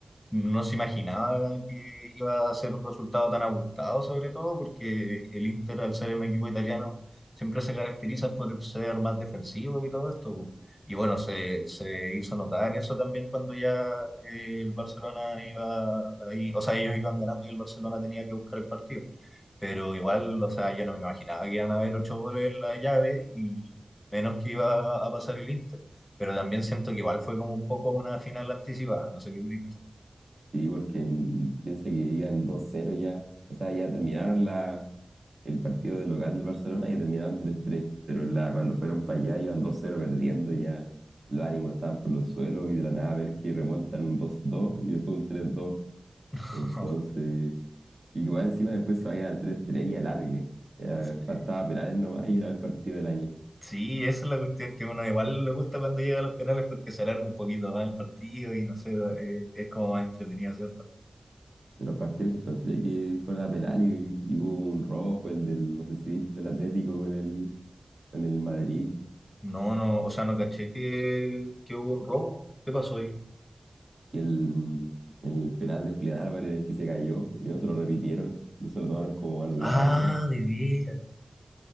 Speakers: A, on the left (about 20°); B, on the right (about 60°).
A: No se imaginaba que iba a ser un resultado tan abultado, sobre todo porque el Inter, al ser un equipo italiano, siempre se caracteriza por ser más defensivo y todo esto. po. Y bueno, se, se hizo notar eso también cuando ya eh, el Barcelona iba ahí, o sea, ellos iban ganando y el Barcelona tenía que buscar el partido. Pero igual, o sea, yo no me imaginaba que iban a haber ocho goles en la llave y menos que iba a pasar el Inter. Pero también siento que igual fue como un poco una final anticipada, no sé qué Cristo.
B: Sí, porque mm, piensa que iban 2-0 ya. O sea, ya terminaron la el partido del local del Barcelona y terminaron tres tres pero en la, cuando fueron para allá iban dos cero perdiendo, ya los ánimos estaban por los suelos y de la nada ver que remontan un dos dos y después un tres dos
A: <laughs>
B: Entonces, y que más encima después se vayan al tres tres y alargue. Ya
A: Sí,
B: faltaba penales nomás y era el partido del año.
A: Sí, esa es la cuestión que uno igual le gusta cuando llega a los penales porque se alarga un poquito más el partido y no sé, eh, es como más entretenido, ¿cierto?
B: De los partidos que encontré que fueron a penales y, y hubo un rojo, el del, no sé si viste, el del Atlético con el, con el Madrid.
A: No, no, o sea, no caché que, que hubo un robo. ¿Qué pasó ahí?
B: que el, el penal de Julián Álvarez en el que se cayó y no se lo repitieron, no se lo tomaron como anulado
A: Ah,
B: nomás.
A: de veras.